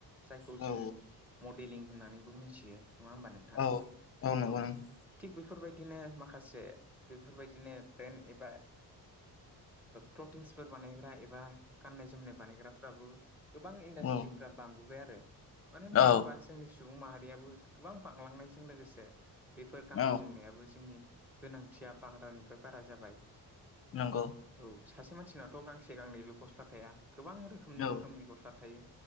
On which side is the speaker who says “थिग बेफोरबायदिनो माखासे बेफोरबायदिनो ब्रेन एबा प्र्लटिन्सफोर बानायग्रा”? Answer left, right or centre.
Centre